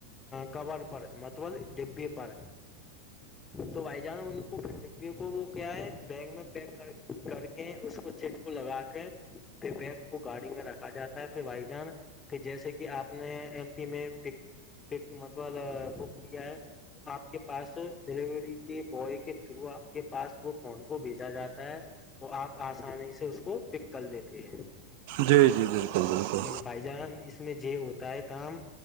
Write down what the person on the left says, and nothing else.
کور پر مطبول ڈبے پر تو بھائی جان ان کو ڈپی کو وہ کیا ہے بیگ میں پ کر کر کے اس کو چٹ کو لگا کے پھر بیگ کو گاڑی میں رکھا جاتا ہے پھر بھائی جان پ جیسے کہ آپ نے ایم پی میںک متب بک کیا ہے تو آپ کے پاس ڈیلیوری کے بوائے کے تھرو آپ کے پاس وہ فون کو بھیجا جاتا ہے وہ آپ آسانی سے اس کو پک کر دیتے ہیں
فائی جان اس میں یہ ہوتا ہے کام